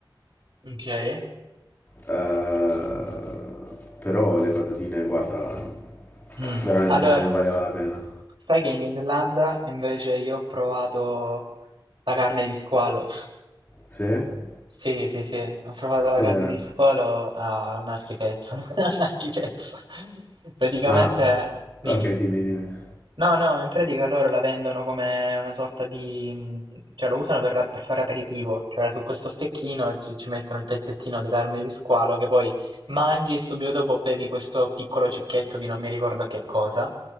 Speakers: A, on the right; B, on the left.
A: ok.
B: Eh, però le patatine, guarda,
A: Mm.
B: veramente
A: Allora,
B: ne valeva la pena.
A: sai che in Islanda invece io ho provato la carne di squalo.
B: Sì? E
A: Sì, sì, sì, ho provato la
B: com'era?
A: carne di squalo, ah, una schifezza, <laughs> una schifezza. Praticamente,
B: Ma...
A: dimmi.
B: Ok, dimmi, dimmi.
A: No, no, in pratica loro la vendono come una sorta di... mh, cioè lo usano per, la- per fare aperitivo, cioè su questo stecchino ci, ci mettono il pezzettino di carne di squalo che poi mangi e subito dopo bevi questo piccolo cicchetto di non mi ricordo che cosa,